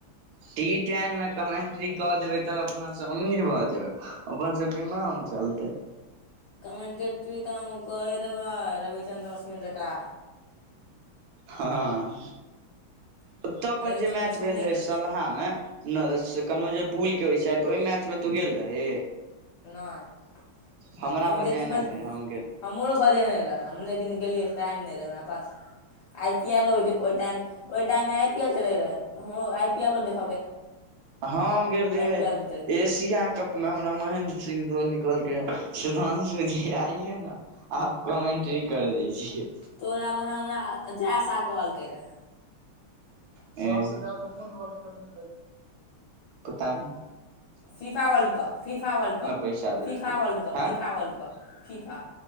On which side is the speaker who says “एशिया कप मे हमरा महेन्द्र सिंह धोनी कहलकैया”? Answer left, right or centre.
Right